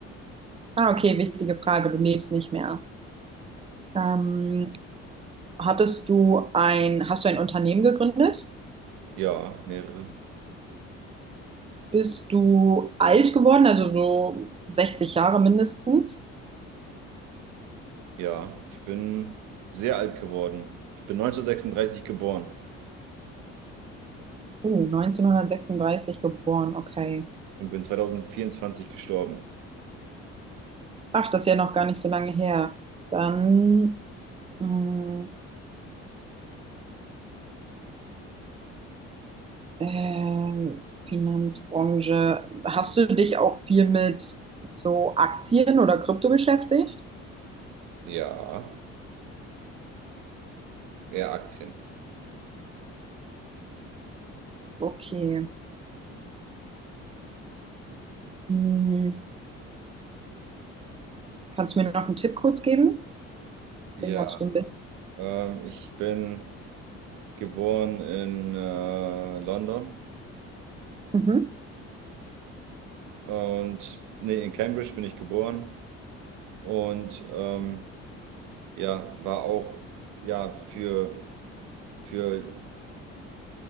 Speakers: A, on the right; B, on the right.
A: Ah, okay, wichtige Frage. Du lebst nicht mehr. Ähm, hattest du ein, hast du ein Unternehmen gegründet?
B: Ja, mehrere.
A: Bist du alt geworden, also so 60 Jahre mindestens?
B: Ja, ich bin sehr alt geworden. Ich bin 1936 geboren
A: Oh, 1936 geboren, okay.
B: und bin 2024 gestorben.
A: Ach, das ist ja noch gar nicht so lange her. Dann mh, ähm, Finanzbranche. Hast du dich auch viel mit so Aktien oder Krypto beschäftigt?
B: Ja, eher Aktien.
A: Okay. Mh, kannst du mir noch einen Tipp kurz geben?
B: Ja,
A: Deswegen habe ich so ein bisschen.
B: ähm, ich bin Geboren in äh, London
A: Mhm.
B: und nee, in Cambridge bin ich geboren und ähm, ja, war auch ja für für